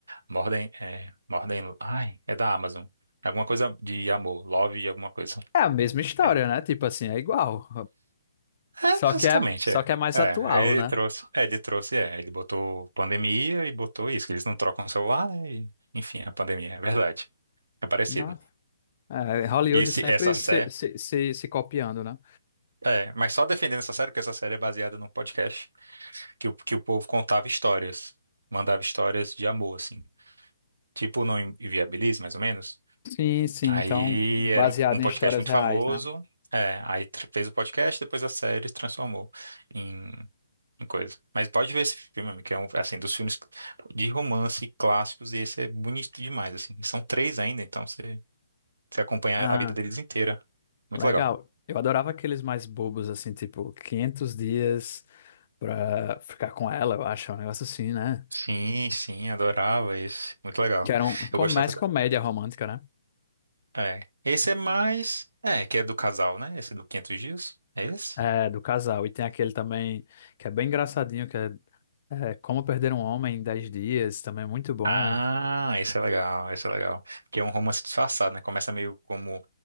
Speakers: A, on the right; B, on the left.
A: Morden é, Mordem, ai, é da Amazon. Alguma coisa de amor, love e alguma coisa.
B: É a mesma história,
A: É,
B: né? Tipo assim, é igual.
A: é,
B: Só
A: basicamente,
B: que é, só
A: é.
B: que é mais
A: É,
B: atual,
A: aí ele
B: né?
A: trouxe, é, ele trouxe, é, ele botou pandemia e botou isso, que eles não trocam o celular, né? E, enfim, a pandemia, é verdade. É parecido.
B: Não. É, Hollywood
A: E esse,
B: sempre
A: essa série,
B: se, se, se, se copiando, né?
A: é, mas só defendendo essa série, porque essa série é baseada num podcast que, o- que o povo contava histórias, mandava histórias de amor, assim. Tipo no Inviabilis, mais ou menos.
B: Sim, sim.
A: Aí
B: Então,
A: era
B: baseado
A: um, um podcast
B: em histórias
A: muito
B: reais,
A: famoso.
B: né?
A: É, aí tr- fez o podcast, depois a série transformou em, em coisa. Mas pode ver esse filme, amigo, que é um, assim, dos filmes de romance clássicos, e esse é bonito demais, assim. E São três ainda, então você, você acompanha
B: Ah,
A: a vida deles inteira. Muito
B: legal.
A: legal.
B: Eu adorava aqueles mais bobos, assim, tipo quinhentos dias pra ficar com ela, eu acho, é um negócio assim, né?
A: Sim, sim, adorava esse. Muito legal.
B: Que era um, com-
A: Eu gostava.
B: mais
A: da-
B: comédia romântica, né?
A: É. Esse é mais. É, que é do casal, né? Esse do Quinhentos Dias. É esse?
B: É, do casal. E tem aquele também que é bem engraçadinho, que é, é Como Perder um Homem em 10 Dias, também é muito bom.
A: Ah, esse é legal, esse é legal. Porque é um romance disfarçado, né? Começa meio como